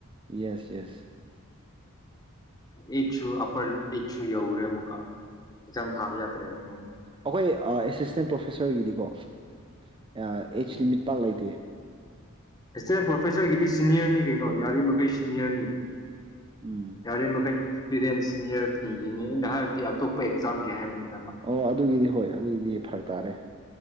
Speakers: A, on the right; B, on the left.
A: ꯌꯦꯁ ꯌꯦꯁ
B: ꯑꯩꯠꯁꯨ ꯑꯞꯄꯔ ꯑꯩꯠꯁꯨ ꯌꯧꯔꯦ ꯑꯃꯨꯛꯀ ꯑꯦꯛꯖꯝ ꯊꯥꯕ ꯌꯥꯗ ꯇ꯭ꯔꯦꯕ ꯃꫭꯏꯗꯤ
A: ꯑꯩꯈꯣꯏ ꯑꯦꯁꯤꯁꯇꯦꯟ ꯄ꯭ꯔꯣꯐꯦꯁꯔꯒꯤꯗꯤꯀꯣ ꯑꯦꯖ
B: ꯎꯝ
A: ꯂꯤꯃꯤꯠ ꯄꯥꯛ ꯂꯩꯇꯦ
B: ꯑꯦꯁꯤꯁꯇꯦꯟ ꯄ꯭ꯔꯣꯐꯦꯁꯔꯒꯤꯗꯤ ꯁꯤꯅꯤꯌꯔꯅꯤ ꯀꯩꯅꯣ ꯌꯥꯔꯤꯃꯩ ꯁꯤꯅꯤꯌꯔꯅꯤ
A: ꯎꯝ
B: ꯌꯥꯔꯤ ꯃꯈꯩ ꯑꯦꯛꯃ꯭ꯔꯤꯔꯦꯟ ꯁ‌ꯦꯅꯤꯌ꯭ꯔ ꯊꯤꯔꯤꯉꯦ ꯑꯩꯅ ꯍꯥꯏꯕꯗꯤ ꯑꯇꯣꯞꯄ ꯑꯦꯛꯖꯥꯝꯒꯤ ꯍꯥꯏꯕꯅꯤꯅ
A: ꯑꯣ ꯑꯗꯨꯒꯤꯗꯤ ꯍꯣꯏ ꯑꯗꯨꯒꯤꯗꯤ ꯐꯔꯛ ꯇꯥꯔꯦ